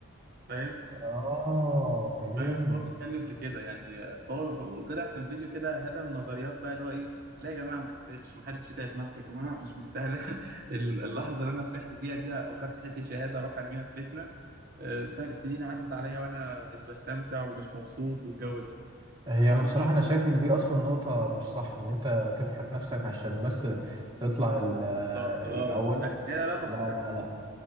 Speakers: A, on the right; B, on the right.
A: فاهم
B: اه فهمت
A: فاهم فهو بيتكلم في كده يعني فهو فهو طلع في الفيديو كده هدم نظريات بقى اللي هو ايه لا يا جماعه ما تستاهلش ما حدش يتعب نفسه يا جماعه مش مستاهله <laughs> ال- اللحظه اللي انا فرحت فيها دي او خدت حته شهاده اروح ارميها في بيتنا آه، سن- سنين عدت عليا وانا مش بستمتع ومش مبسوط والجو ده
B: هي
A: فهو
B: انا بصراحه انا شايف ان دي اصلا نقطه مش صح ان انت تفحت نفسك عشان بس تطلع ال- آه،
A: بالظبط اه
B: الاول
A: فهي لا تستحق
B: لا لا
A: بصراحة.
B: لا